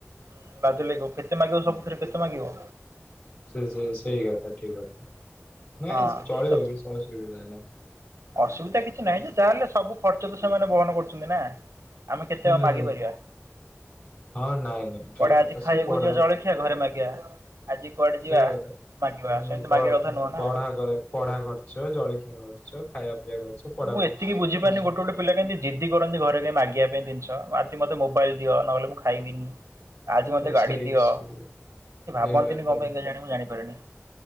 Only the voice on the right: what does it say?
ହଁ ଲାଜ ଲାଗିବ କେତେ ମାଗିବ ସବୁ କେତେ ମାଗିବ।
ହଁ
ଠିକ୍ କଥା।
ଅସୁବିଧା କିଛି ନାହିଁ ଯେ ଯାହାହେଲେ ସବୁ ଖର୍ଚ୍ଚ ତ ସେମାନେ ବହନ କରୁଛନ୍ତି ନା। ଆମେ କେତେ
ଆଉ ମାଗିପାରିବା।
କୁଆଡ଼େ
ଆଜି ଖାଇବାକୁ
ଯିବା ଜଳଖିଆ ଘରେ ମାଗିବା ଆଜି କୁଆଡ଼େ ଯିବା
ମାଗିବା ସେମିତି
ମାଗିବା କଥା ନୁହଁ ନା
ଆ ମୁଁ ଏତିକି ବୁଝି ପାରୁିନି
ଗୋଟେ ଗୋଟେ ପିଲାତି ଜିଦି କରନ୍ତି ଘରେ କଁ ମାଗିବା ପାଇଁ ଜିନିଷ ମତେ ମୋବାଇଲ ଦିଅ ନହେଲେ ମୁଁ ଖାଇବିନି ଆଜି ମତେ ଗାଡି
ଦିଅ
ସେ ଭାବନ୍ତିନି
କଣ ପାଇଁ କେଜାଣି ମୁଁ ଜାଣିପାରୁିନି।